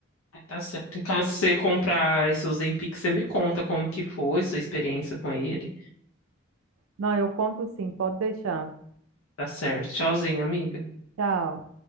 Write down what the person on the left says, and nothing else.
Ah, Tá certo. Caso você comprar esse Ozempic, você me conta como que foi, sua experiência com ele.
Tá certo. Tchauzinho, amigo.